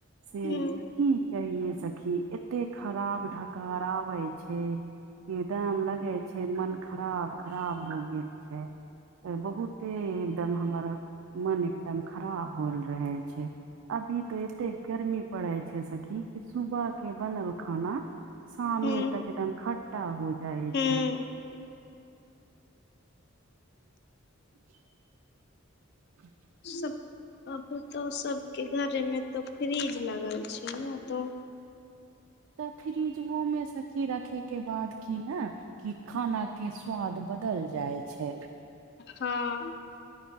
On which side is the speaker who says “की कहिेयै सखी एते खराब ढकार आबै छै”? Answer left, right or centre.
Right